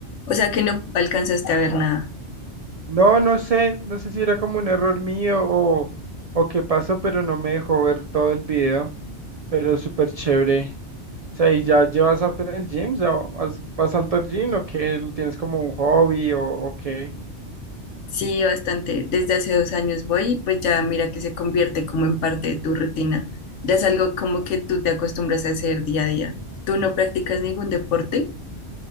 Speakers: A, on the left (about 80°); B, on the right (about 75°).
A: O sea que no alcanzaste a ver nada.
B: No, no sé, no sé si era como un error mío o, o qué pasó, pero no me dejó ver todo el video. pero súper chévere. O sea, ¿y ya llevas arte en el gym? ¿Ya vas, vas al gym o qué? ¿Lo ¿Tienes como un hobby o, o qué?
A: Sí, bastante. Desde hace dos años voy y pues ya mira que se convierte como en parte de tu rutina. Ya es algo como que tú te acostumbras a hacer día a día. ¿Tú no practicas ningún deporte?